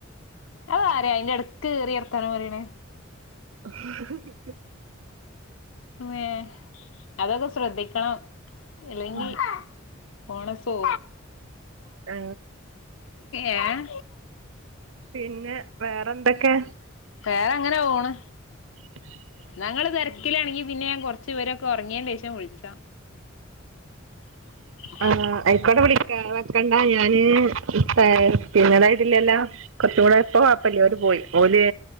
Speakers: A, on the left (about 75°); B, on the right (about 75°).
A: അത് ആരാ അയിന്റെ എടക്ക് കയറി വർത്താനം പറയ്ണെ
B: ഹ് ഹ് ഹ
A: വേ അതൊക്കെ സ്രദ്ധിക്കണം. ഇല്ലെങ്കിൽ
B: ഉം.
A: പോണസോ
B: ആ,
A: ഏഹ്
B: പിന്നെ വേറെന്തൊക്കെ?
A: വേറെങ്ങനെ പോണ്.
B: <unintelligible>
A: ന്നാ ങ്ങള് തിരക്കിലാണെങ്കി പിന്നെ കുറച്ച് ഇവരൊക്കെ ഉറങ്ങിയേൻ്റെഷം വിളിച്ചാം. <unintelligible>
B: ആ് ആയിക്കോടെ വിളിക്കാ വെക്കണ്ട ഞാന് ത്താ പിന്നതായിട്ടില്ലല്ലോ. കുറച്ച് കൂടെ ഇപ്പോ കൊഴപ്പല്ല്യ ഓര് പോയി ഓല്